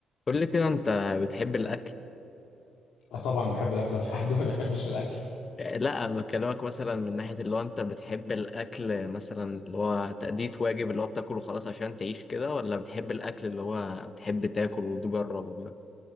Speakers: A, on the left; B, on the left.
A: قول لي كده انت بتحب الاكل
B: اه طبعا بحب الاكل لو في حد ما بيحبش الاكل
A: لا بكلمك مثلا من ناحية اللي هو انت بتحب الاكل مثلا اللي هو تأدية واجب اللي هو بتاكله خلاص عشان تعيش كده ولا بتحب الاكل اللي هو بتحب تاكل وتجربه كده